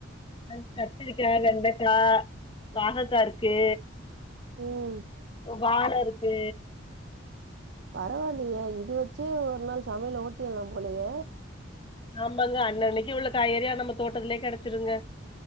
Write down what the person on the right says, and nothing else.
உம்
பரவாயில்லையே இது வச்சு ஒரு நாள் சமையல ஓட்டிடலாம் போலைய